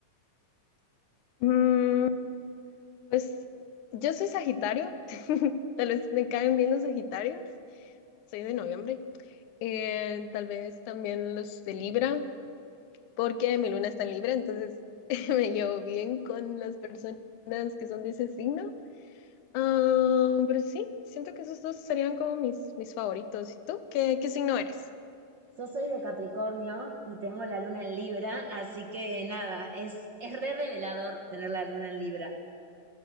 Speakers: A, on the left; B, on the right.
A: Mm, pues yo soy Sagitario, <laughs> tal vez me caen bien los Sagitarios, soy de noviembre. Eh, tal vez también los de Libra, porque mi luna está en Libra, entonces <laughs> me llevo bien con las personas que son de ese signo. Ah, pero sí, siento que esos dos serían como mis, mis favoritos. ¿Y tú? ¿Qué, qué signo eres?
B: Yo soy de Capricornio y tengo la luna en Libra, así que nada, es, es re revelador tener la luna en Libra.